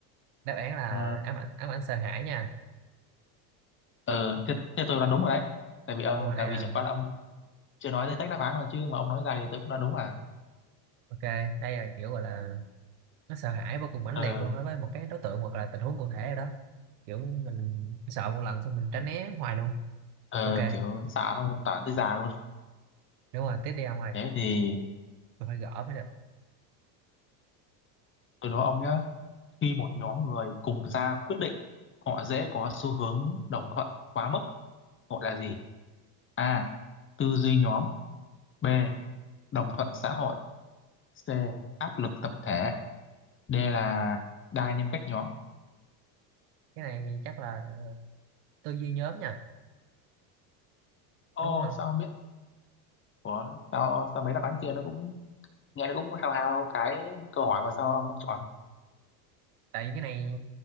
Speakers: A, on the right; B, on the left.
A: đáp án là
B: ờ,
A: ám ảnh ám ảnh sợ hãi nha
B: ờ, thế, thế tôi đoán đúng rồi đấy tại vì ông
A: đúng rồi đây
B: tại
A: là
B: vì chẳng qua là ông chưa nói danh sách đáp án rồi chứ mà ông nói ra thì tôi cũng đoán đúng à
A: ok đây là kiểu gọi là nó sợ hãi vô cùng mãnh
B: ờ
A: liệt luôn đối với một cái đối tượng hoặc là tình huống cụ thể rồi đó kiểu mình sợ một lần xong mình tránh né hoài luôn
B: ờ,
A: ok
B: kiểu xạ không tản tới già luôn
A: đúng rồi tiếp đi ông ơi
B: thế thì
A: tôi phải gỡ mới được
B: Từ đó ông nhá, khi một nhóm người cùng ra quyết định, họ dễ có xu hướng đồng thuận quá mức, gọi là gì? A. Tư duy nhóm, B. Đồng thuận xã hội, C. Áp lực tập thể, D là đa nhân cách nhóm.
A: cái này chắc là tư duy nhóm nha
B: Ô,
A: đúng không
B: sao không biết? Ủa, sao, sao mấy đáp án kia nó cũng nghe nó cũng hao hao cái câu hỏi mà sao ông không chọn?
A: tại vì cái này